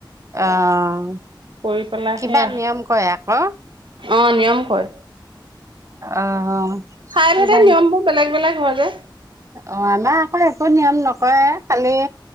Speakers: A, on the right (about 40°); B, on the right (about 90°).
A: অ',
B: কৰি পেলাই
A: কিবা
B: সেয়া
A: নিয়ম কয় আকৌ <inaudible>
B: অ নিয়ম কৰে
A: অ'।
B: ঠাই
A: কিবা
B: ভেদে নিয়ম বোৰ বেলেগ-বেলেগ। কি হল ৰে।
A: অ', আমাৰ আকৌ একো নিয়ম নকৰে, খালি